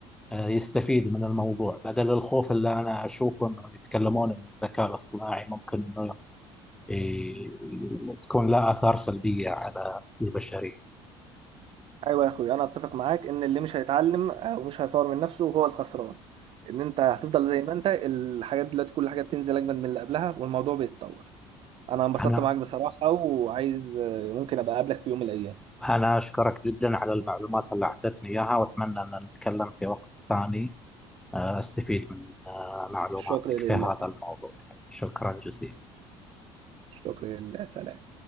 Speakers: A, in the centre; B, on the right.
A: آه، يستفيد من الموضوع بدل الخوف اللي انا اشوفه انه يتكلمون ان الذكاء الاصطناعي ممكن انه ي- ي- تكون له اثار سلبيه على البشريه.
B: ايوه يا اخوي انا اتفق معاك ان اللي مش هيتعلم او مش هيطور من نفسه هو الخسران ان انت هتفضل زي ما انت الحاجات دلوقتي كل حاجه بتنزل اجمد من اللي قبلها والموضوع بيتطور انا انبسطت
A: انا
B: معاك بصراحه وعايز ممكن ابقى اقابلك في يوم من الايام
A: أنا أشكرك جدا على المعلومات اللي أعطيتني إياها وأتمنى أن نتكلم في وقت ثاني آه، أستفيد من آه، معلوماتك
B: الشكر لله
A: في هذا الموضوع شكرا جزيلا
B: الشكر لله سلام